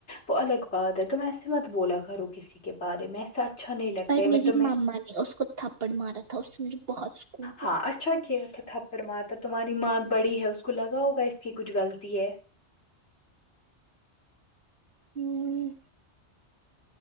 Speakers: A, on the left; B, on the right.
A: وہ الگ بات ہے تم ایسے مت بولا کرو کسی کے بارے میں ایسا اچھا نہیں لگتا
B: پر
A: ہے
B: میری
A: میں تمہیں
B: ماما نے اس کو تھپڑ مارا تھا اس سے مجھے بہت سکون
A: ہاں اچھا کیا تھا تھپاد مرا تھا تماری ماں بڑی ہے اسکو لگا ہوگا اسکی کچھ گلتی ہے
B: ہوں